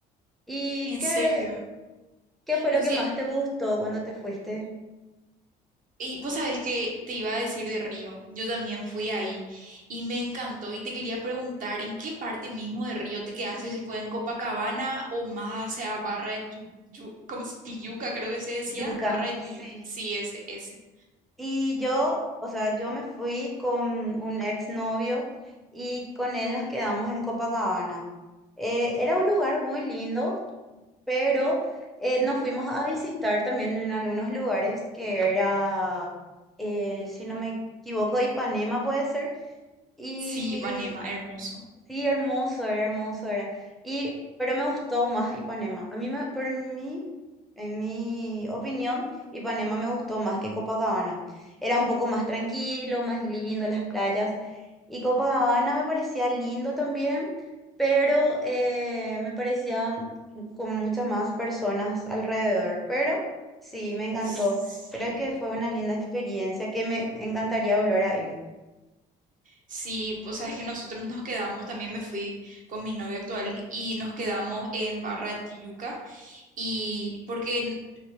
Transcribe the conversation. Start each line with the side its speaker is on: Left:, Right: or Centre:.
Centre: ¿Y
Right: en
Centre: qué,
Right: serio.
Centre: qué fue lo
Right: Lucy,
Centre: que más te gustó cuando te fuiste?
Right: Y vos sabés que te iba a decir de Río, yo también fui ahí y me encantó y te quería preguntar en qué parte mismo de Río te quedaste, si fue en Copacabana o más hacia Barra de tu, Yu- ¿cómo es? Tijuca, creo que se decía,
Centre: Yuca,
Right: Barra de Tijuca,
Centre: sí.
Right: sí, ese, ese.
Centre: Y yo, o sea, yo me fui con un exnovio y con él nos quedamos en Copacabana. Eh, era un lugar muy lindo pero eh, nos fuimos a visitar también en algunos lugares que era, eh, si no me equivoco, Ipanema puede ser, y
Right: Sí, Ipanema, hermoso.
Centre: Sí, hermoso era, hermoso era. Y, pero me gustó más Ipanema. A mí, me, por mí, en mi opinión, Ipanema me gustó más que Copacabana. Era un poco más tranquilo, más lindo las playas. Y Copacabana me parecía lindo también, pero eh, me parecía con muchas más personas alrededor. Pero sí, me encantó.
Right: Sí.
Centre: Creo que fue una linda experiencia que me encantaría volver a ir.
Right: Sí, o sea, es que nosotros nos quedamos, también me fui con mi novio actual y nos quedamos en Barra de Tijuca y porque en